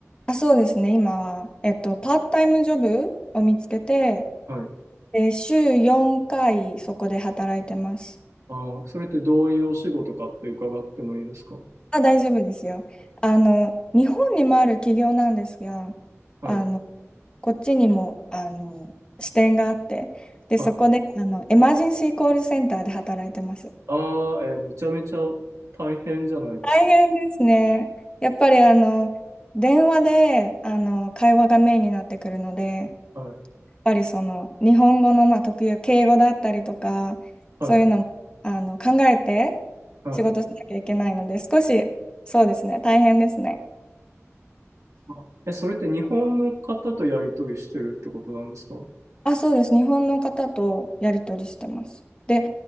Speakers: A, on the left; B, on the right.
A: あ、そうですね、今は、えっと、パートタイムジョブを見つけて、
B: はい。
A: で、週4回そこで働いてます。
B: ああ、それってどういうお仕事かって伺ってもいいですか
A: あ、大丈夫ですよ。あの、日本にもある企業なんですが、
B: はい。
A: あのこっちにも、あの、支店があって、で、
B: はい。
A: そこで、あの、エマージンシーコールセンターで働いてます。
B: ああ、えーめちゃめちゃ大変じゃないですか。
A: 大変ですね。やっぱり、あの、電話で、あの、会話がメインになってくるので、やっ
B: はい。
A: ぱりその、日本語の、まあ、特有、敬語だったりとか、
B: はい。
A: そういうの、あの、考えて
B: はい。
A: 仕事しなきゃいけないので、少し、そうですね、大変ですね。
B: あえ、それって日本の方とやり取りしてるってことなんですか
A: あ、そうです。日本の方とやり取りしてます。で、